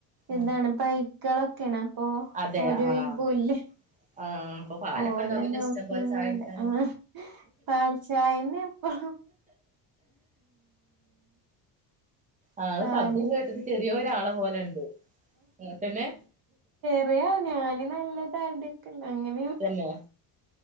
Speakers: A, on the right; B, on the right.
A: ഇതാണ്
B: ഉം
A: പൈക്കളൊക്കെണ് അപ്പൊ
B: അതെ
A: ഓര്
B: ആഹ്
A: പുല്ല്
B: ആഹ് അപ്പൊ പാലൊക്കെ
A: ഓല
B: ഉണ്ടാവൂലേ
A: നോക്കിങ്ങൊണ്ട്
B: ഇഷ്ടം പോലെ ചായ കുടിക്കാന്
A: ആഹ് പാൽച്ചായന്നെ ഇപ്പൊ
B: ആരാ
A: പാല്
B: ശബ്ദം കേട്ടത് ചെറിയ ഒരാളെ പോലണ്ട് അങ്ങൻതന്നെ
A: അയ്യോ ഞാന് നല്ലതടിയിക്കെണ്ട്‌ ഇനീപ്പ
B: തന്നെയാ